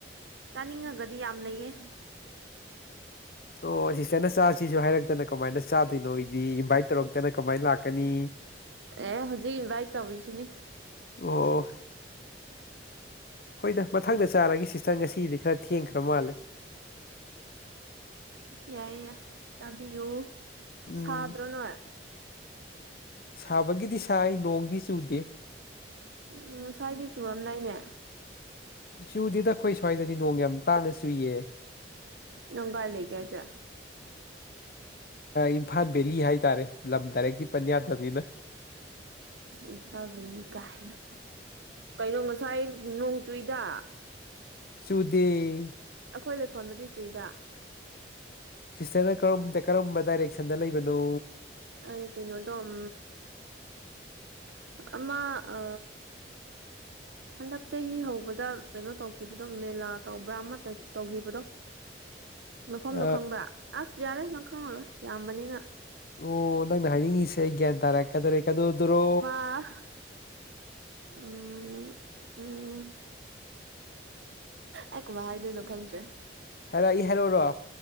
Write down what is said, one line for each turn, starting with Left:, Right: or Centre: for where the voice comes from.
Right: ꯆꯥꯅꯤꯡꯉꯒꯗꯤ ꯌꯥꯝ ꯂꯩꯌꯦ
Left: ꯑꯣ ꯁꯤꯇꯅ ꯆꯥꯁꯤꯁꯨ ꯍꯥꯏꯔꯛꯇꯅ ꯀꯃꯥꯏꯅ ꯆꯥꯗꯣꯏꯅꯣ ꯑꯩꯗꯤ ꯏꯟꯚꯥꯏꯠ ꯇꯧꯔꯛꯇꯅ ꯀꯃꯥꯏꯅ ꯂꯥꯛꯀꯅꯤ
Right: ꯑꯦ ꯍꯧꯖꯤꯛ ꯏꯟꯚꯥꯏꯠ ꯇꯧꯔꯤꯁꯤꯅꯦ
Left: ꯑꯣ ꯍꯣꯏꯗ ꯃꯊꯪꯗ ꯆꯥꯔꯒꯁꯤ ꯏꯪ ꯉꯁꯤꯗꯤ ꯈꯔ ꯊꯦꯡꯈ꯭ꯔ ꯃꯥꯜꯂꯦ
Right: ꯌꯥꯏ ꯆꯥꯕꯤꯌꯨ
Left: ꯎꯝ
Right: ꯁꯥꯗ꯭ꯔꯣ ꯅꯣꯏ
Left: ꯁꯥꯕꯒꯤꯗꯤ ꯁꯥꯏ ꯅꯣꯡꯗꯤ ꯆꯨꯗꯦ
Right: ꯎꯝ ꯉꯁꯥꯏꯗꯤ ꯆꯨꯔꯝꯗꯥꯏꯅꯦ
Left: ꯆꯨꯗꯤꯗ ꯑꯩꯈꯣꯏ ꯁ꯭ꯋꯥꯏꯗꯗꯤ ꯅꯣꯡ ꯌꯥꯝ ꯇꯥꯡꯅ ꯆꯨꯏꯌꯦ
Right: ꯅꯪ ꯀꯥꯏ ꯂꯩꯒꯦꯁꯦ
Left: ꯏꯝꯐꯥꯜ ꯕꯦꯂꯤ ꯍꯥꯏꯇꯥꯔꯦ ꯂꯝ ꯗꯥꯏꯔꯦꯛꯇꯤ ꯄꯟꯖꯥꯇꯕꯅꯤꯅ
Right: ꯏꯝꯐꯟ ꯚꯦꯂꯤ ꯀꯥꯏꯅ ꯀꯩꯅꯣ ꯉꯁꯥꯏ ꯅꯣꯡ ꯆꯨꯏꯗ
Left: ꯆꯨꯗꯦ
Right: ꯑꯩꯈꯣꯏ ꯂꯩꯐꯝꯗꯨꯗꯤ ꯆꯨꯏꯗ
Left: ꯁꯤꯁꯇꯔꯅ ꯀꯔꯝ ꯀꯔꯝꯕ ꯗꯥꯏꯔꯦꯛꯁꯟꯗ ꯂꯩꯕꯅꯣ
Right: ꯑꯩ ꯀꯩꯅꯣꯗꯝ ꯑꯃ ꯑ ꯍꯟꯗꯛ ꯆꯍꯤ ꯍꯧꯕꯗ ꯀꯩꯅꯣ ꯇꯧꯈꯤꯕꯗꯣ ꯃꯦꯂꯥ ꯇꯧꯕ꯭ꯔꯥ ꯑꯃ ꯇꯧꯈꯤꯕꯗꯣ ꯃꯐꯝꯗꯣ
Left: ꯑ
Right: ꯈꯪꯕ꯭ꯔꯥ ꯑꯁ ꯌꯥꯔꯦ ꯅꯪ ꯈꯪꯉꯔꯣꯏ ꯌꯥꯝꯕꯅꯤꯅ
Left: ꯑꯣ ꯅꯪꯅ ꯍꯥꯏꯅꯤꯡꯉꯤꯁꯦ ꯑꯩ ꯒ꯭ꯌꯥꯟ ꯇꯥꯔꯛꯀꯗꯧꯔꯦ ꯀꯗꯧꯗꯨꯔꯣ
Right: ꯑꯥ ꯎꯝ ꯎꯝ ꯑꯩ ꯀꯃꯥꯏ ꯍꯥꯏꯗꯣꯏꯅꯣ ꯈꯪꯗ꯭ꯔꯦ
Left: ꯍꯥꯏꯔꯒꯦ ꯍꯥꯏꯔꯣꯔꯣ